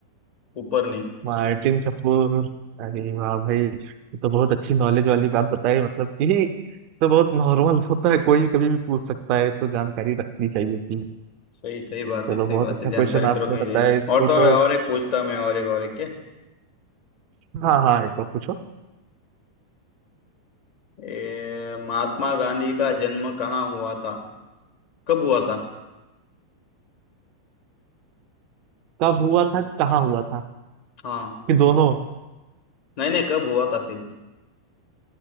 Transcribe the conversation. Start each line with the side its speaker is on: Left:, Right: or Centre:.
Left: ऊपर ने
Right: मार्टिन कपूर अरे वाह भाई ये तो बहुत अच्छी नॉलेज वाली बात बताई मतलब कि तो बहुत नॉर्मल होता है कोई भी कभी भी पूछ सकता है तो जानकारी रखनी चाहिए थी
Left: सही सही बात
Right: चलो
Left: है सही
Right: बहुत
Left: बात
Right: अच्छा
Left: है जानकारी
Right: क्वेश्चन आपने
Left: तुरंत में
Right: बताया
Left: है
Right: इसको
Left: और तो
Right: तो
Left: और, और एक पूछता मैं और एक और एक के
Right: हाँ हाँ एक बार पूछो
Left: ए, महात्मा गांधी का जन्म कहाँ हुआ था कब हुआ था
Right: कब हुआ था कहाँ हुआ था
Left: हाँ
Right: कि दोनों
Left: नहीं नहीं कब हुआ था सिर्फ